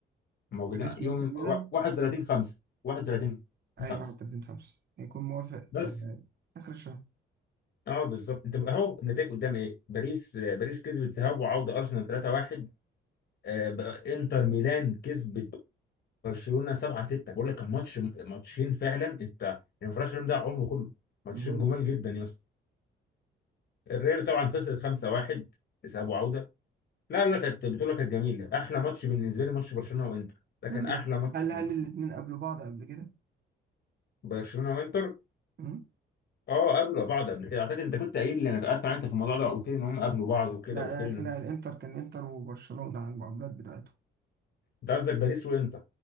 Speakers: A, on the left; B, on the right.
A: موجودين
B: باريس
A: يوم
B: وإنتر ميلان
A: 31 5 31 5
B: أيوة 31 5 هيكون موافق
A: بس
B: آه. آخر الشهر
A: اه بالظبط انت اهو النتائج قدامي ايه باريس باريس كسبت ذهاب وعوده ارسنال 3-1 آه، بقى انتر ميلان كسبت برشلونه 7-6 بقول لك كان ماتش ماتشين فعلا انت الانفراش ده عمره كله ماتشين
B: امم
A: جمال جدا يا اسطى الريال طبعا خسرت 5-1 ذهاب وعوده لا لا كانت بطوله كانت جميله احلى ماتش بالنسبه لي ماتش برشلونه وانتر ده
B: طيب
A: كان احلى
B: لا.
A: ماتش
B: هل
A: بالنسبة
B: هل الاتنين قابلوا بعض قبل كده؟
A: لي. برشلونه وانتر
B: امم
A: اه قابلوا بعض قبل كده اعتقد انت كنت قايل لي انا قعدت معاك انت في الموضوع ده قلت لي ان هم قابلوا بعض وكده
B: لا
A: قلت لي ان
B: لا لا، الإنتر كان إنتر وبرشلونة على المقابلات بتاعته
A: انت قصدك باريس وانت